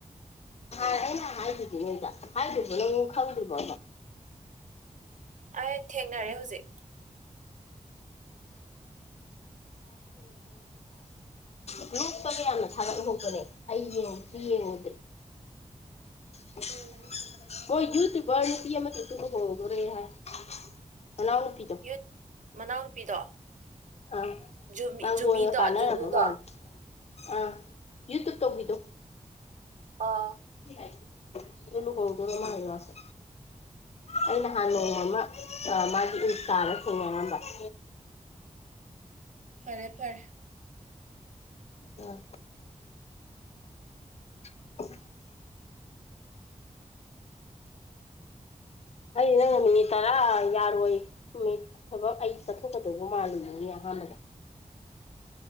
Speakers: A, on the left (about 55°); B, on the right (about 65°).
A: ꯑꯩꯅ ꯍꯥꯏꯗꯨꯗꯤ ꯅꯪꯉꯥꯟꯗꯥ ꯍꯥꯏꯗꯥꯕ꯭ꯔꯣ ꯅꯪ ꯈꯪꯗ꯭ꯔꯤꯕ
B: ꯑꯩ ꯊꯦꯡꯅꯔꯦ ꯍꯧꯖꯤꯛ
A: <unintelligible> ꯂꯣꯛꯄꯒ ꯌꯥꯝꯅ ꯊꯒꯠꯍꯨꯧꯕꯅꯦ ꯑꯩ ꯌꯦꯡꯕꯨꯗꯤ ꯌꯦꯡꯉꯨꯗ꯭ꯔꯦ <unintelligible>
B: ꯎꯝ
A: ꯃꫭꯏ ꯌꯨꯇꯨꯕꯔ ꯅꯨꯄꯤ ꯑꯃ ꯅꯨꯄꯤꯁꯤꯁꯨ ꯂꯨꯍꫭꯡꯗꫭꯔꯦ ꯍꯥꯏ ꯃꯅꯥꯎꯅꯨꯄꯤꯗꯣ
B: ꯌꯨꯠ ꯃꯅꯥꯎꯅꯨꯄꯤꯗꯣ
A: ꯑ
B: ꯖꯨꯃꯤ
A: ꯃꯥꯡꯒꫭꯜꯒ
B: ꯖꯨꯃꯤꯗꯣ
A: ꯀꯥꯅꯔꯕ
B: ꯖꯨꯅꯤꯗꯣ
A: ꯃꯥꯜꯂꯤ ꯑꯥ ꯌꯨꯇꯨꯕ ꯇꯧꯕꯤꯗꫭ
B: ꯑꯥ
A: <inaudible> ꯑꯗꯨ ꯂꯨꯍꯣꯡꯗꯣꯔ ꯃꯥꯜꯂꯤ ꯃꯥꯁꯦ ꯑꯩ ꯅꯍꯥꯟ ꯅꫭꯡꯃ ꯃ ꯑꯥ ꯃꯥꯒꯤ ꯏꯟꯁꯇꯥꯗ ꯊꯦꯡꯅꯔꯝꯕ <inaudible> <inaudible>
B: ꯐꯔꯦ ꯐꯔꯦ
A: ꯑꯥ <inaudible> ꯑꯩ ꯅꯪꯅ ꯃꯤꯅꯤꯠ ꯇꯔꯥ ꯌꯥꯔꯣꯏ ꯅꯨꯃꯤꯠ ꯊꯕꯛ ꯑꯩ ꯆꯠꯊꯣꯛꯀꯗꯧꯕ ꯃꯥꯜꯂꯤꯅꯤꯅꯦ ꯑꯍꯥꯟꯕꯗ